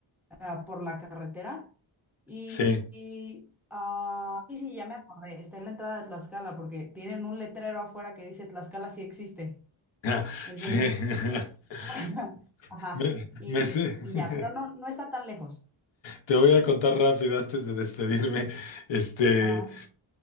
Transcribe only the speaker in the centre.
ah, por la carretera y,
y, ah, sí, sí, ya me acordé, está en la entrada de Tlaxcala porque tienen un letrero afuera que dice Tlaxcala sí existe.
Entonces,
<laughs> ajá,
y,
y ya, pero no, no está tan lejos.
Ajá,